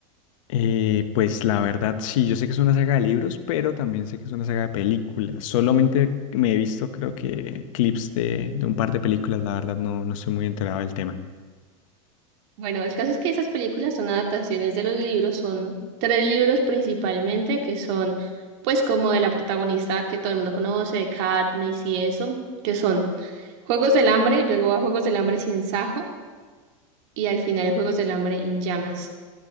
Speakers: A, on the left; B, on the right.
A: Eh, pues la verdad, sí, yo sé que es una saga de libros, pero también sé que es una saga de películas. Solamente me he visto, creo que, clips de, de un par de películas, la verdad, no, no estoy muy enterado del tema.
B: Bueno, el caso es que esas películas son adaptaciones de los libros, son tres libros principalmente, que son pues como de la protagonista que todo el mundo conoce, de Katniss y eso, que son Juegos del Hambre, luego a Juegos del Hambre sin Sajo y al final Juegos del Hambre en llamas.